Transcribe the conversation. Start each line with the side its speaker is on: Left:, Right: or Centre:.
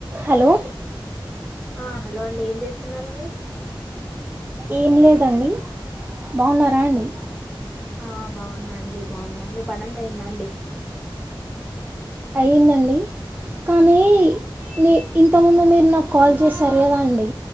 Right: Hello
Centre: ఆ hello అండి ఏం చేస్తున్నారండి
Right: ఏం లేదండి బాగున్నారా అండి
Centre: ఆ బాగున్నా అండి బాగున్నా మీ పనంత అఇందా అండి
Right: అయిందండీ కానీ నీ ఇంతముందు మీరు నాక్ కాల్ చేసారు కదా అండి